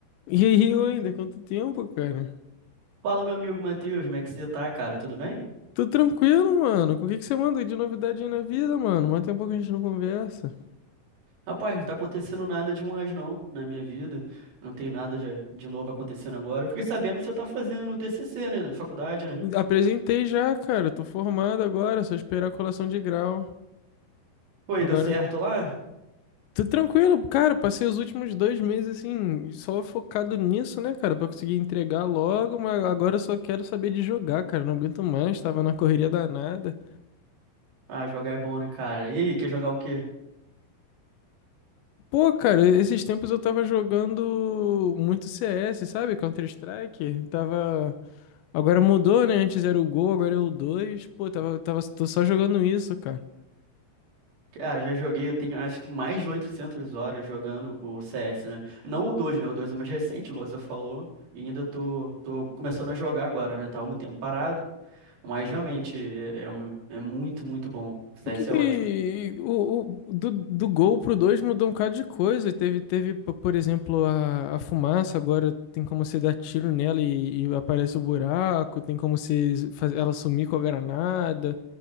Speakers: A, on the left; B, on the right.
A: E aí, Wender, quanto tempo, cara?
B: Fala, meu amigo Matheus, como é que você tá, cara? Tudo bem?
A: Tô tranquilo, mano. O que que você manda aí de novidade aí na vida, mano? Mas tem um pouco que a gente não conversa.
B: Rapaz, não tá acontecendo nada demais, não, na minha vida. Não tem nada de, de novo acontecendo agora. Fiquei sabendo que você tá fazendo o TCC, né? Da faculdade, né?
A: Apresentei já, cara. Tô formado agora, é só esperar a colação de grau.
B: Pô,
A: Agora,
B: e deu certo lá?
A: tô tranquilo, cara. Passei os últimos dois meses, assim, só focado nisso, né, cara? Pra conseguir entregar logo, mas agora eu só quero saber de jogar, cara. Não aguento mais, tava na correria danada.
B: Ah, jogar é bom, né, cara? E aí, quer jogar o quê?
A: Pô, cara, esses tempos eu tava jogando muito CS, sabe? Counter-Strike. Tava. Agora mudou, né? Antes era o Gol, agora é o 2. Pô, tava, tava, tô só jogando isso, cara.
B: Cara, já joguei, eu tenho acho que mais de 800 horas jogando o CS, né? Não o 2, né? O 2 é mais recente, igual você falou. E ainda tô, tô começando a jogar agora, né? Tá um tempo parado. Mas realmente é, é um, é muito, muito bom. O CS
A: O que que
B: é ótimo.
A: o, o- do, do Gol pro 2 mudou um bocado de coisa. Teve, teve, p- por exemplo, a, a fumaça, agora tem como você dar tiro nela e, e aparece o buraco, tem como você fazer ela sumir com a granada.